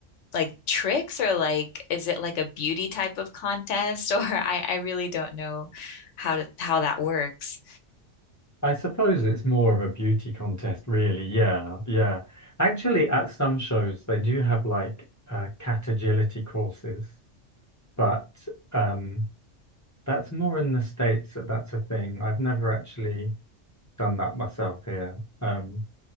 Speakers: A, on the left; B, on the left.
A: like tricks or like is it like a beauty type of contest <laughs> or I I really don't know how to how that works.
B: <laughs> I suppose it's more of a beauty contest, really. Yeah, yeah. Actually, at some shows they do have like uh, cat agility courses, but um That's more in the States that that's a thing. I've never actually done that myself here. Um,